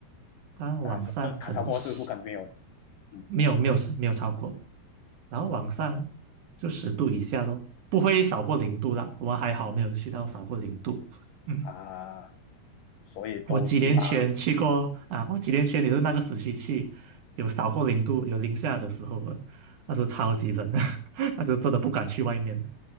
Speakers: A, on the right (about 60°); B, on the left (about 75°).
A: 但往上可能是十，
B: 那是呃，超过四十度肯定没有，嗯
A: 没有没有没有超过，然后往上就十度以下咯，
B: 嗯
A: 不会少过零度啦。我们还好没有去到少过零度。嗯，
B: 啊，所以都起码，
A: 我几年前去过啊，我几年前也是那个时期去，有少过零度，有零下的时候了，那时候超级冷，<laughs> 那时候真的不敢去外面。